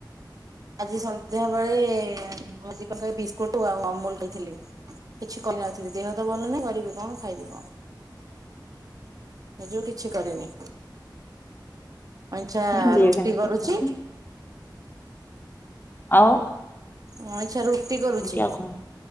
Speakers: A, on the right; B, on the left.
A: ଆଜି ସନ୍ଧ୍ୟା ବଳେ ମୁଁ ଦି ପକାର୍ ବିସ୍କୁଟ ଆଉ ଅମୁଲ୍ ଦେଇଥିଲି। କିଛି କରିନଥିଲି ଦେହ ତ ଭଲ ନାହିଁ କରିବି କଣ ଖାଇବି କଣ। ହେଇ ଯୋଗୁ କିଛି କରିନି। ଚା
B: ହୁଁ ବିରିୟାନୀ
A: ରୁଟି
B: ଖାଇଥିଲି
A: କରୁଚି।
B: ଆଉ
A: ମୁଁ ଅଇଁଛା ରୁଟି କରୁଚି
B: ଆଉ କଣ